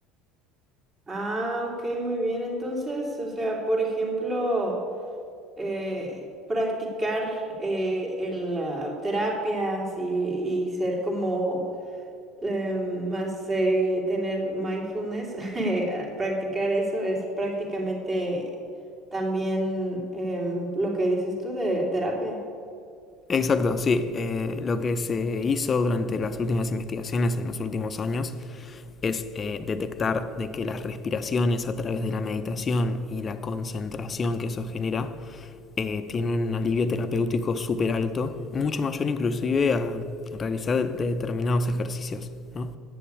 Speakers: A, on the right; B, on the left.
A: Ah, ok, muy bien. Entonces, o sea, por ejemplo, eh, practicar eh, el, ah, terapias y, y ser como eh, más eh, tener mindfulness, <laughs> eh, ah, practicar eso es prácticamente también em, lo que dices tú de terapia.
B: Exacto, sí. Eh, lo que se hizo durante las últimas investigaciones en los últimos años es eh, detectar de que las respiraciones a través de la meditación y la concentración que eso genera eh, tiene un alivio terapéutico súper alto, mucho mayor inclusive a realizar determinados ejercicios, ¿no?